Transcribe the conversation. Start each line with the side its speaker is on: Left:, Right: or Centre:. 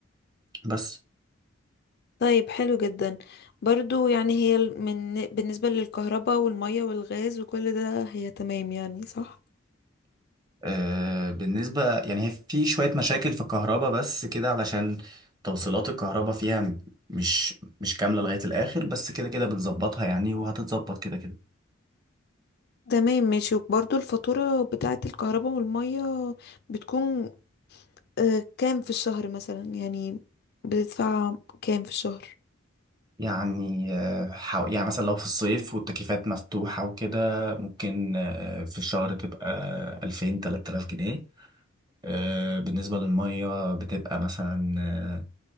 Right: بس
Left: طيب حلو جدا برضو يعني هي ال- من بالنسبة للكهرباء والمية والغاز وكل ده هي تمام يعني صح
Right: آه، بالنسبة يعني هي في شوية مشاكل في الكهرباء بس كده علشان توصيلات الكهرباء فيها م- مش مش كاملة لغاية الآخر بس كده كده بنظبطها يعني وهتتظبط كده كده
Left: تمام ماشي وبرضو الفاتورة بتاعة الكهرباء والمية بتكون آه، كام في الشهر مثلا يعني بتدفع كام في الشهر
Right: يعني آه، حو... يعني مثلا لو في الصيف والتكييفات مفتوحة وكده ممكن آه، في الشهر تبقى 2000 3000 جنيه آه، بالنسبة للمية بتبقى مثلا آه،